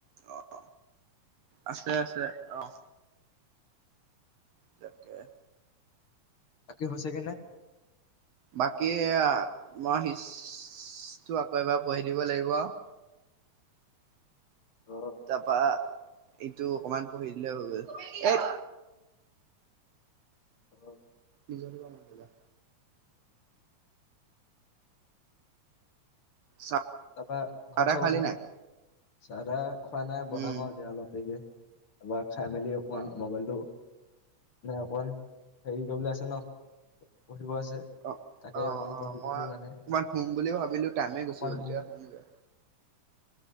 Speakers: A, on the right; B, on the left.
A: অহ, আছে-আছে অহ, তাকে
B: তাকি হৈছে কে নাই
A: বাকী মই শটো আকৌ এবাৰ পঢ়ি দিব লাগিব আৰু।
B: অ
A: তাৰপা ইটো অকমান পঢ়ি দিলে হৈ গ'ল এ।
B: অ,
A: নিজৰ ক মান যা। চাহ
B: তাৰপা ঘৰত
A: তাহ
B: চব
A: খালি
B: আছে
A: নাই
B: ন চা খোৱা নাই বনাম
A: উম
B: আৰু এতিয়া অলপ দেৰিকে। আৰ খাই মেলি অকমান
A: অ
B: মোবাইলটো। নাই আন হেৰি গল আছ ন। পঢ়িব আছে
A: অ
B: তাকে
A: অ
B: অকমান
A: অ
B: পঢ়ি
A: মই
B: পি মানে
A: অকমান শুম বুলি ভাবিলো টাইমে গুচি
B: অকমান।
A: গ'ল এতিয়া শুমগে